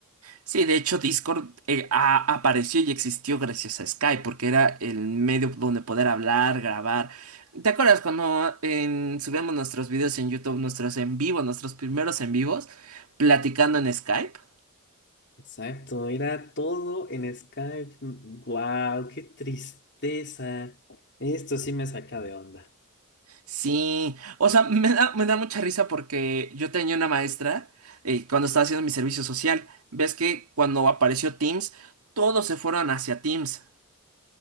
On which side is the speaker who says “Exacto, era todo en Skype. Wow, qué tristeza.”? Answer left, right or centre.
Left